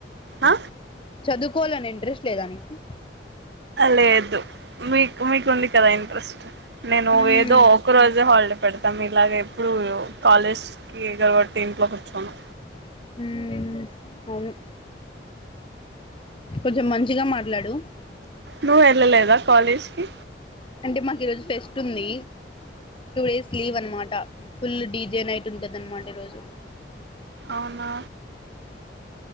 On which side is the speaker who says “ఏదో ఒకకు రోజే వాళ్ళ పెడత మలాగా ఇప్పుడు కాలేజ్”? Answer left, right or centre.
Right